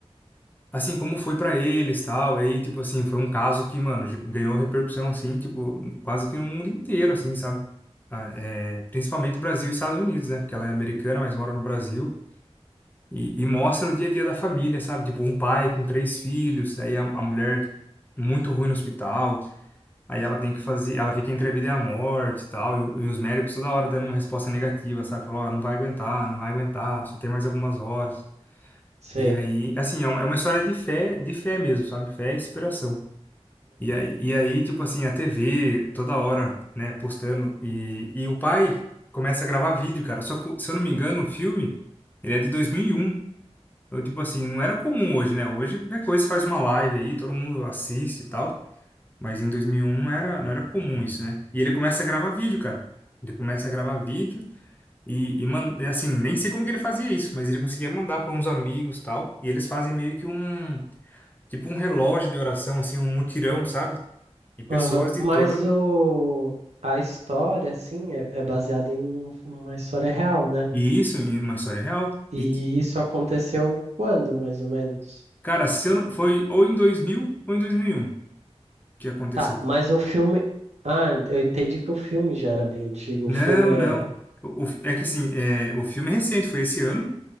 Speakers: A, on the left (about 15°); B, on the right (about 80°).
A: assim, como foi pra eles tal. Aí, tipo assim, foi um caso que, mano, ge- ganhou repercussão, assim, tipo, quase que no mundo inteiro, assim, sabe? Ah, É, principalmente Brasil e Estados Unidos, né? Porque ela é americana, mas mora no Brasil. E, e mostra o dia a dia da família, sabe? Tipo, um pai com três filhos, aí a, a mulher muito ruim no hospital, aí ela tem que fazer, ela fica entre a vida e a morte e tal, e, o- e os médicos toda hora dando uma resposta negativa, sabe? Falou, ó, não vai aguentar, não vai aguentar, só tem mais algumas horas.
B: sei.
A: E aí, assim, é uma, é uma história de fé, de fé mesmo, sabe? Fé e inspiração. E aí, e aí, tipo assim, a TV toda hora, né, postando, e, e o pai começa a gravar vídeo, cara. Só que, se eu não me engano, o filme, ele é de 2001. Então, tipo assim, não era comum hoje, né? Hoje qualquer coisa você faz uma live aí, todo mundo assiste e tal. Mas em 2001 não era, não era comum isso, né? E ele começa a gravar vídeo, cara. Ele começa a gravar vídeo e, e man- e, assim, nem sei como que ele fazia isso, mas ele conseguia mandar para uns amigos e tal. E eles fazem meio que um, tipo um relógio de oração, assim, um mutirão, sabe? E pessoas
B: Aham,
A: de
B: Mas
A: toda.
B: o... a história, assim, é, é baseada em um- uma história real, né?
A: E isso em uma história real.
B: E
A: E, ti-
B: isso aconteceu quando, mais ou menos?
A: cara, se eu não... foi ou em 2000 ou em 2001 que aconteceu.
B: Tá, mas o filme. Ah, eu entendi que o filme já era bem antigo.
A: Não,
B: O filme é.
A: não. O- o fi- é que assim, é, o filme é recente, foi esse ano,